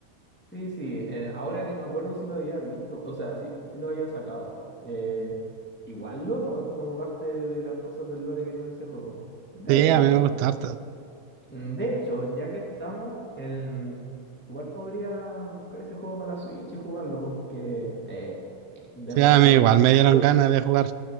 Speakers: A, in the centre; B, on the right.
A: Sí, sí, eh, ahora que me acuerdo sí lo había visto, o sea, sí, sí lo había sacado. Eh, igual loco, es como parte de las cosas del lore que tiene ese juego. De
B: Sí,
A: hecho,
B: a mí me gusta harto.
A: mm, de hecho, ya que estamos, el, igual podría buscar ese juego para la Switch y jugarlo, porque, eh, de
B: Sí,
A: nuevo,
B: a mí
A: lo
B: igual
A: vi.
B: me dieron
A: lo-
B: ganas de jugar.